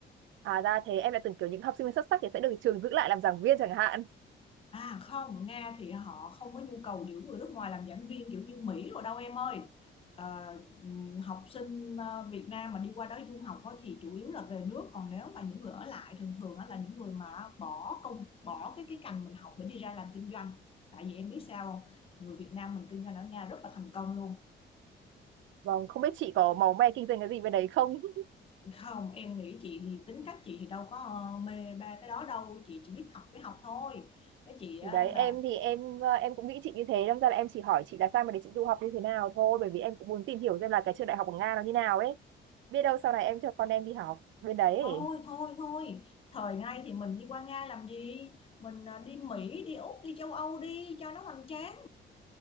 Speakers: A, on the right; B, on the left.
A: à ra thế em đã tưởng kiểu những học sinh xuất sắc thì sẽ được trường giữ lại làm giảng viên chẳng hạn.
B: À không, Nga thì họ không có nhu cầu giữ người nước ngoài làm giảng viên kiểu như Mỹ rồi đâu em ơi. Ờ, ừm, học sinh ờ, Việt Nam mà đi qua đó du học á thì chủ yếu là về nước còn nếu mà những người ở lại thường thường á là những người mà bỏ công bỏ cái cái ngành mình học để đi ra làm kinh doanh tại vì em biết sao không? người Việt Nam mình kinh doanh ở Nga rất là thành công luôn
A: Vâng, không biết chị có máu me kinh doanh cái gì bên đấy không? <laughs>
B: không em nghĩ chị thì tính cách chị thì đâu có ờ, mê ba cái đó đâu chị chỉ biết học với học thôi với chị á
A: Thì Đấy,
B: là
A: em thì em ờ, em cũng nghĩ chị như thế, đâm ra là em chỉ hỏi chị là sao mà để chị du học như thế nào thôi, bởi vì em cũng muốn tìm hiểu xem là cái trường đại học của Nga nó như nào ấy. Biết đâu sau này em cho con em đi học bên đấy ấy.
B: thôi thôi thôi thời nay thì mình đi qua Nga làm gì mình à, đi Mỹ đi Úc đi châu Âu đi cho nó hoành tráng